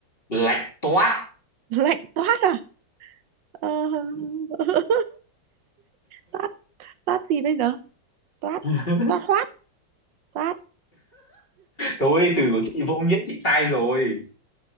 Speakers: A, on the left (about 30°); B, on the right (about 80°).
A: lạnh toát
B: <laughs> lạnh toát à ờ, <laughs> toát toát gì bây giờ toát
A: <laughs>
B: toát hoát toát
A: Thôi từ của chị vô nghĩa chị sai rồi.